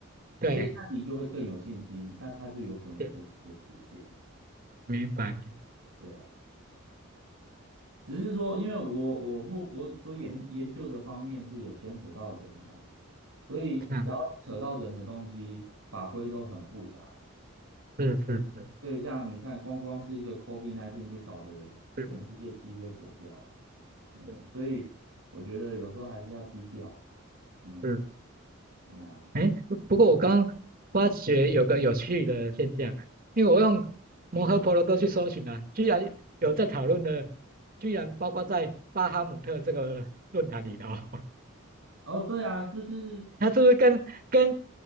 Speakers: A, on the right (about 45°); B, on the right (about 85°).
A: 对
B: 哎，那你就会更有信心，那它就有可能真的会实现。
A: 是，明白明
B: 对啊，只是说，因为我我目我所研研究的方面是有牵扯到人呐、所以只要扯到人的东西，
A: 白，这样子，
B: 法规都很复杂。
A: 是是是
B: 所以像你看，光光是一个 COVID-19 就搞得全世界鸡飞狗跳，
A: 是
B: 嗯，
A: 是。
B: 所以我觉得有时候还是要低调啦嗯，
A: 是
B: 对啊，
A: 哎，不过我刚发觉有个有趣的现象啊，因为我用摩诃婆罗多去搜寻啊，居然有在讨论的，居然包括在巴哈姆特这个论坛里头，<laughs>
B: 哦，对啊，就是
A: 它是不是跟跟